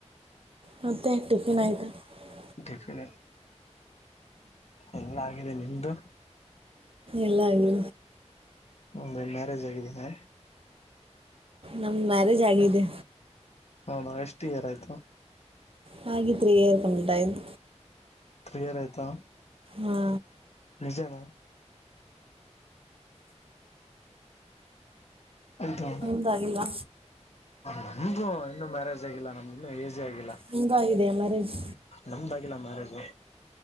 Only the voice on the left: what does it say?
ಡೆಫಿನೆಟ್ ಎಲ್ಲ ಆಗಾಗಿದೆ ನಿಮ್ದು
ಒೆ ಮ್ಯಾರೇಜ್ ಆಗಿದ್ದೀನಾ <unintelligible>
ಹೌದಾ ಎಷ್ಟು ಇಯರ್ ಆಯ್ತು
ಕ್ರಿಯರ್ ಐತಾ
ನಿಜನ ಇದು
ನಮ್ದು ಇನ್ನುೂ ಮ್ಯಾರೇಜ್ ಆಗಿಲ್ಲ ನಮ್ ಇನ್ನ ಏಜ್ ಮದ್ವೆಯಾಗಿಲ್ಲ
ನಮ್ದಾಗಿಲ್ಲ ಮ್ಯಾರೇಜು